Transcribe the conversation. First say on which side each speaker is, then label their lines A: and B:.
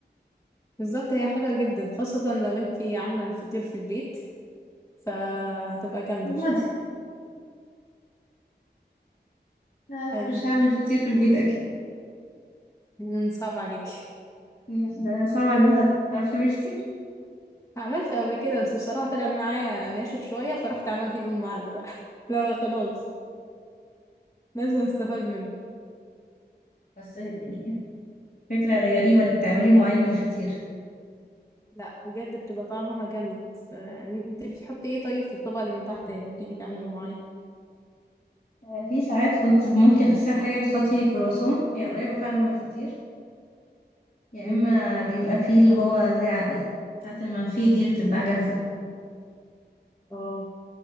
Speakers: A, on the left; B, on the left.
A: بالظبط هي حلوة جدا خاصة لو انت عاملة الفطير في البيت فهتبقى جامدة بصراحة
B: قدي لا لا
A: أي-
B: مش هعمل فطير في البيت اكيد
A: مم، صعب عليك
B: لا، ده صعب على اي حد تعرف تعملي فطير
A: عملت قبل كده بس بصراحة طلع معايا ناشف شوية فرحت عملت بأم علي بقى <laughs> لا خلاص لازم استفاد منه
B: بس يعني فكرة غريبة انك تعملي ام علي بالفطير
A: لا بجد بتبقى طعمها جامد آه، يعني انت بتحطي ايه طيب في الطبق اللي من تحت لما بتيجي تعملي ام علي
B: آه، في ساعات كنت ممكن اسهل حاجة انك تحطي كرواسون هي قريبة فعلا من الفطير يا
A: مم.
B: اما بيبقى فيه اللي هو زي ع- بتاعة المنفي دي اللي بتتباع جاهزة
A: اه